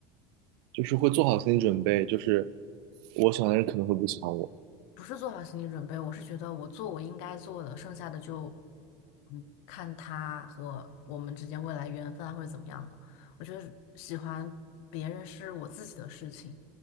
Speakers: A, on the right (about 75°); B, on the left (about 70°).
A: 就是会做好心理准备，就是我喜欢的人可能会不喜欢我。
B: 不是做好心理准备，我是觉得我做我应该做的，剩下的就嗯看他和我们之间未来缘分啊或者怎么样的。我觉得喜欢别人是我自己的事情。